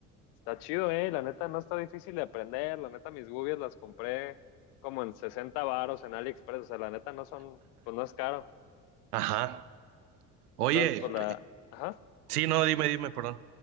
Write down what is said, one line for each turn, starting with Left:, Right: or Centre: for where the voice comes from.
Left: está chido, eh, la neta no está difícil de aprender, la neta mis gubias las compré como en 60 varos en AliExpress, o sea, la neta no son, pues no es caro,
Right: Ajá. Oye,
Left: entonces pues la,
Right: pe-
Left: ajá,
Right: sí, no, dime, dime, perdón.